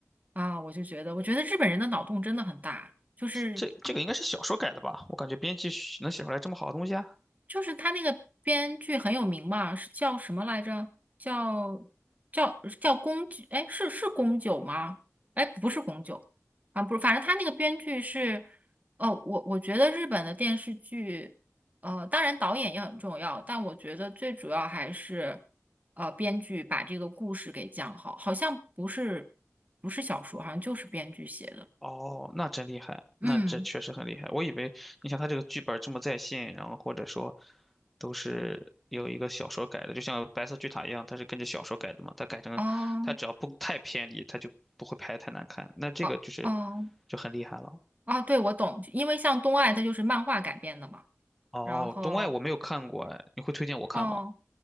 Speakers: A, on the right (about 30°); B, in the centre.
A: 啊，我就觉得，我觉得日本人的脑洞真的很大，就是
B: 这这个应该是小说改的吧？我感觉编辑能写出来这么好的东西啊。
A: 就是他那个编剧很有名嘛，是叫什么来着？叫叫叫宫九，哎，是是宫九吗？哎，不是宫九啊，不是，反正他那个编剧是，哦，我我觉得日本的电视剧，呃，当然导演也很重要，但我觉得最主要还是，呃，编剧把这个故事给讲好，好像不是不是小说，好像就是编剧写的，
B: 哦，那真厉害，
A: 嗯，
B: 那这确实很厉害。我以为你像他这个剧本这么在线，然后或者说都是有一个小说改的，就像《白色巨塔》一样，它是跟着小说改的嘛。它改成，
A: 哦。
B: 它只要不太偏离，它就不会拍得太难看。那这个就是
A: 哦哦，
B: 就很厉害了。
A: 啊，对，我懂，因为像东爱它就是漫画改编的嘛。
B: 哦，
A: 然后，
B: 《东外我没有看过，哎，你会推荐我看吗？
A: 哦，